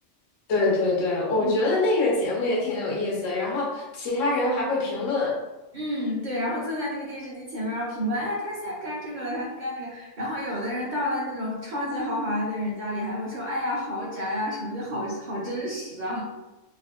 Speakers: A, on the left; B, on the right.
A: 对对对，我觉得那个节目也挺有意思，
B: 嗯
A: 然后其他人还会评论，
B: 嗯，对，然后坐在那个电视机前面，然后评论，哎，他现在干这个了，他干那个，然后有的人到了那种超级豪华的人家里，还会说，哎呀，豪宅啊，什么就好好真实啊。